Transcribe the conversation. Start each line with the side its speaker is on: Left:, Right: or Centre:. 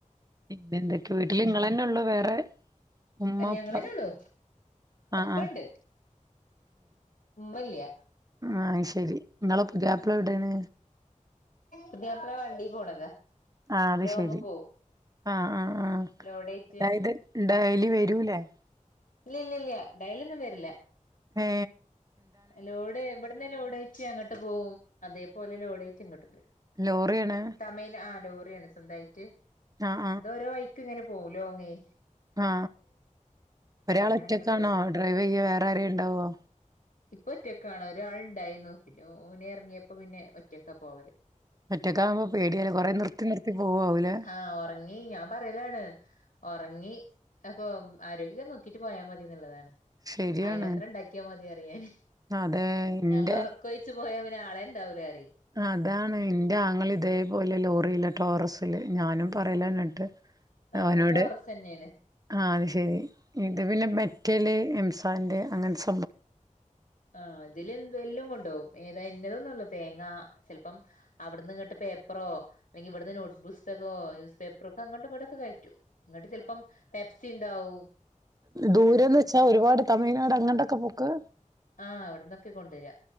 Right: പിന്നെ എന്തൊക്കെവീട്ടിൽ നിങ്ങന്നെ ഉള്ളു? വേറെ ഉമ്മ
Left: ഞങ്ങളെന്നൊള്ളു.
Right: ഉപ്പ ആ
Left: പ്പണ്ട്.
Right: ആ
Left: മ്മല്ലൃ.
Right: ആ. അത് ശരി. നിങ്ങളെ പുതിയാപ്പിള എവിടേണ്.
Left: പുതിയാപ്പള വണ്ടി പോണതാ
Right: ആ അത്
Left: ലോങ്
Right: ശരി
Left: പോവും
Right: ആ. ആ. ആ.
Left: ലോഡേറ്റ്
Right: അതായത് ഡയലി വരൂലേ? ഉ
Left: ഇല്ല ഇല്ല ഇല്ല. ഡയലൃന്നും വരില്ല
Right: ഏ.
Left: ലോഡ് ഇവട്ന്ന് ലോഡയ്റ്റ് അങ്ങട്ട് പോവും. അതേ പോലെ ലോഡയ് യ്റ്റ് ഇങ്ങട്ടും വരും.
Right: ലോറിയാണ്
Left: തമിയ് ല ആ. ലോറിയാണ്. സ്വന്തായിട്ട്.
Right: ആഹ്
Left: അത് ഓരോ വൈക്ക് ഇങ്ങനെ പോലോങ്ങേ
Right: ആ ഒരാള്
Left: അങ്ങനെ
Right: ഒറ്റക്കാണോ
Left: അങ്ങനെ പോവും
Right: ഡ്രൈവ്യ്യ വേറാരെണ്ടാവോ
Left: ഇപ്പൊ ഒറ്റക്കാണ് ഒരാൾണ്ടായിന്നു പിന്നെ ഓനെറങ്ങിയപ്പോ പിന്നെ ഒറ്റക്ക പോവല്
Right: മറ്റക്കാവുമ്പോ പേടിയാലെ കൊറേ നിർത്തി നിർത്തി പോവവുലേ
Left: ആ ഒറങ്ങി ഞാൻ പറലാണ് ഓറങ്ങി അപ്പോം ആരോഗ്യ നോക്കീട്ട് പോയാമതിന്ന്ള്ളതാണ്
Right: ശെരിയാണ്
Left: അയ്നത്രണ്ടാക്കിയമതിറിയാന്
Right: അതെ ഇന്റെ
Left: നമ്ള ഒറക്കൊഴിച് പോയാപി നാളെണ്ടാവുലറി
Right: അതാണ് ഇന്റെ ആങ്ങള് ഇതേപോലെ ലോറില ടോറസില് ഞാനും പറയലന്നിട്ട്
Left: ആഹ്
Right: അവനോട്
Left: അത് ടോറസ് തന്നെയാണ്
Right: ആ അത് ശരി ഇത് പിന്നെ മെറ്റല് എംസ പൻ്റെ അങ്ങൻസ്
Left: ആ ഇതില് എന്തല്ലും കൊണ്ടവും ഏത ഇന്നതന്നൊള്ളു തേങ്ങ ചെൽപ്പം അവിട്ന്ന് ഇങ്ങട്ട് പേപ്പറോ ല്ലങ്കി ഇവിട്ന്ന് നോട്ട് പുസ്തകോ ന്യൂസ് പേപ്പറൊക്കെ അങ്ങട്ടും ഇങ്ങട്ടൊക്കെ കയറ്റും ഇങ്ങട്ട് ചെൽപ്പം പെപ്സ് സിണ്ടാവും
Right: ദൂരേന്ന് വച്ചാ ഒരുപാട് തമിഴ്നാട് അങ്ങട്ടൊക്കെ പോ ക്ക്
Left: ആഹ് അവിട്ന്നൊക്കെ കൊണ്ടര